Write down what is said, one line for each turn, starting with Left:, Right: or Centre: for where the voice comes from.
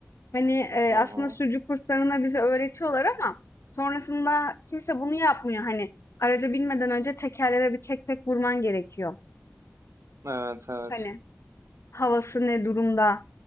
Left: Hani, eee,
Right: Hı hı.
Left: aslında sürücü kurslarında bize öğretiyorlar ama sonrasında kimse bunu yapmıyor. Hani, araca binmeden önce tekerlere bir tek tek vurman gerekiyor.
Right: Evet evet.
Left: Hani, havası ne durumda?